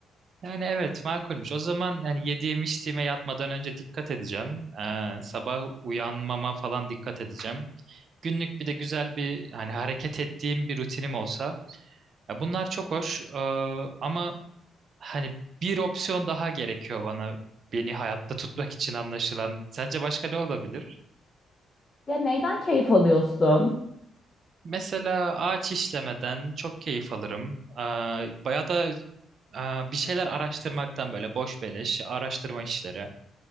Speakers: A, on the right (about 60°); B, on the left (about 40°).
A: Yani evet makulmüş. O zaman yani yediğim içtiğime yatmadan önce dikkat edeceğim. Ee, sabah uyanmama falan dikkat edeceğim. Günlük bir de güzel bir hani hareket ettiğim bir rutinim olsa. Ya bunlar çok hoş ee, ama hani bir opsiyon daha gerekiyor bana beni hayatta tutmak için anlaşılan. Sence başka ne olabilir?
B: Ya neyden keyif alıyorsun?
A: Mesela ağaç işlemeden çok keyif alırım. Ee, bayağı da e, bir şeyler araştırmaktan böyle boş beleş araştırma işleri.